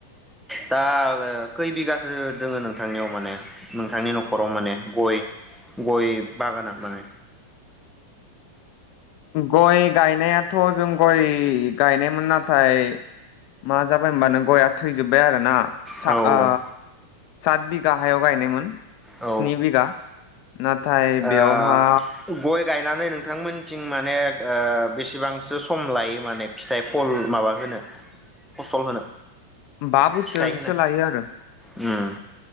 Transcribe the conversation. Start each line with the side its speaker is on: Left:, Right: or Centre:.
Centre: दा ओ खै बिगासो दोङो नोंथांनियाव माने नोंथांनि न'खराव माने गय गय बागाना माने
Left: गय गायनायाथ' जों गय गायनायमोन नाथाय मा जाबाय होमबानो गया थैजोब्बाय आरोना। सा
Centre: औ
Left: आ। सात बिगा हायाव गायनायमोन।
Centre: औ
Left: स्नि बिघा नाथाय
Centre: औ
Left: बेवहा
Centre: ओ गय गायनानै नोंथांमोनथिं माने ओ बेसेबांसो सम लायो माने फिथाइ फल माबा होनो फसल होनो।
Left: बा बोसोरसो
Centre: फिथाइ होनो
Left: लायो आरो।
Centre: उम